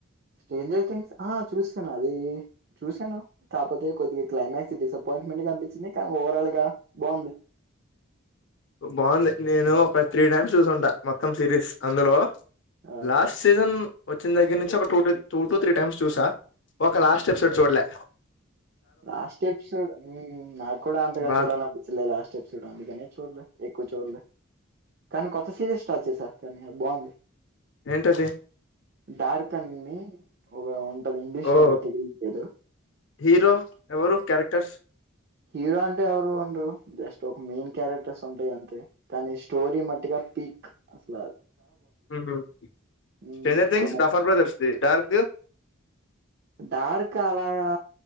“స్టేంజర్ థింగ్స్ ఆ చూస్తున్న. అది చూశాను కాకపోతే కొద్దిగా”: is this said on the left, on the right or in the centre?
Right